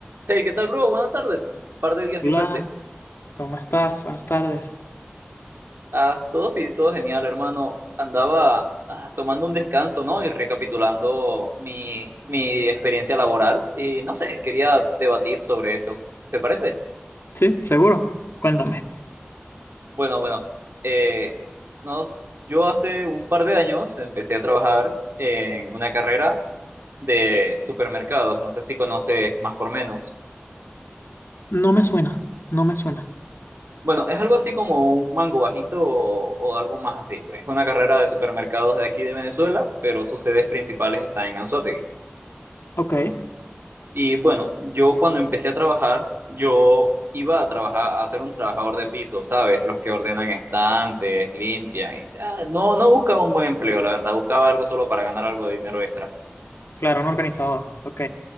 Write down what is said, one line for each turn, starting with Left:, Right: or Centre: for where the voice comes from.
Right: Hey, ¿qué tal, bro? Buenas tardes. Un par de días sin
Left: Hola,
Right: verte.
Left: ¿cómo estás? Buenas tardes.
Right: Ah, todo, fi- todo genial, hermano. Andaba ah, tomando un descanso, ¿no? Y recapitulando mi, mi experiencia laboral. Y no sé, quería debatir sobre eso. ¿Te parece?
Left: Sí, seguro. Cuéntame.
Right: Bueno, bueno. eh, nos, yo hace un par de años empecé a trabajar en una carrera de supermercados. No sé si conoces más por menos.
Left: No me suena, no me suena.
Right: Bueno, es algo así como un mango bajito o, o algo más así. Es una carrera de supermercados de aquí de Venezuela, pero sus sedes principales están en Anzoátegui.
Left: Ok,
Right: Y bueno, yo cuando empecé a trabajar, yo iba a trabajar, a ser un trabajador de piso, ¿sabes? Los que ordenan estantes, limpian. y, ah, no, no buscaba un buen empleo, la verdad, buscaba algo solo para ganar algo de dinero extra.
Left: claro, un organizador. Ok.